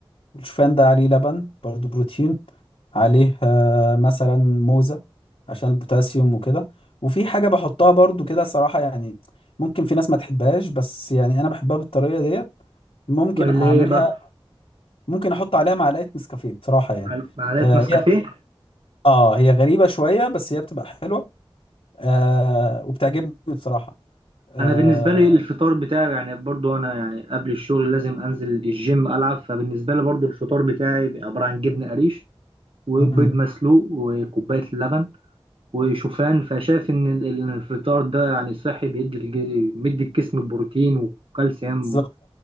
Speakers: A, on the left; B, on the right.
A: الشوفان ده عليه لبن برضو بروتين عليه آه، مثلا موزة عشان البوتاسيوم وكده وفي حاجة بحطها برضو كده صراحة يعني ممكن في ناس ما تحبهاش بس يعني أنا بحبها بالطريقة ديت ممكن
B: ولا
A: أعملها
B: ايه بقى
A: ممكن أحط عليها معلقة نسكافيه بصراحة يعني
B: معل- معلقه
A: آه
B: نسكافيه
A: هي آه هي غريبة شوية بس هي بتبقى حلوة آه وبتعجبني بصراحة آه
B: انا بالنسبه لي الفطار بتاعي يعني برضو انا يعني قبل الشغل لازم انزل الجيم العب فبالنسبه لي برضو الفطار بتاعي بيبقى عباره عن جبنه قريش وبيض
A: مم.
B: مسلوق وكوبايه لبن وشوفان فشايف ان ال- ال- الفطار ده يعني صحي بيدي الج- بيدي الجسم بروتين وكالسيوم
A: بالظبط